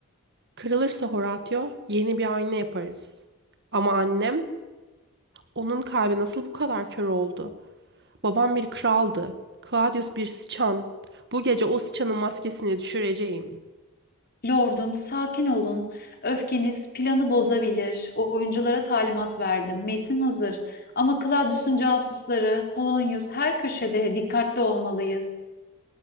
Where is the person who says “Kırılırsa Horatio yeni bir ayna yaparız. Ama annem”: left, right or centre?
Right